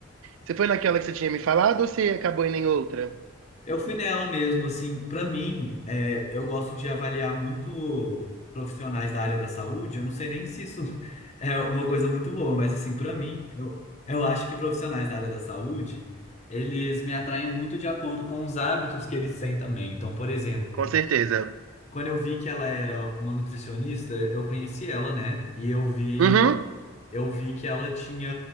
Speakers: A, on the right; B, on the left.
A: Você foi naquela que você tinha me falado ou você acabou indo em outra?
B: Eu fui nela mesmo, assim, pra mim, é, eu gosto de avaliar muito profissionais da área da saúde. Eu não sei nem se isso <laughs> é uma coisa muito boa, mas assim, pra mim, eu, eu acho que profissionais da área da saúde, eles me atraem muito de acordo com os hábitos que eles têm também. Então, por exemplo,
A: Com certeza.
B: quando eu vi que ela era uma nutricionista, eu conheci ela, né? E eu vi
A: Uhum,
B: eu vi que ela tinha